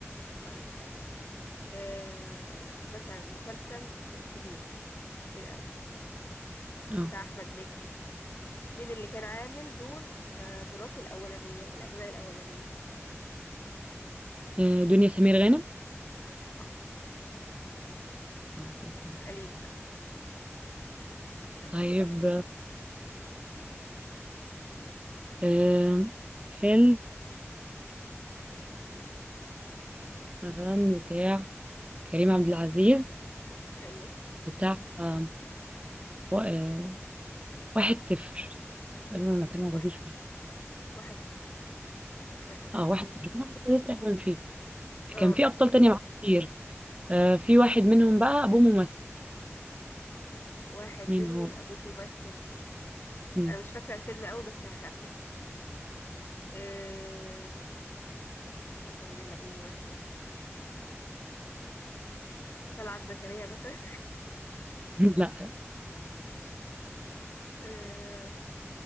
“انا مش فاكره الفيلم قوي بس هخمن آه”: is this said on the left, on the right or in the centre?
Left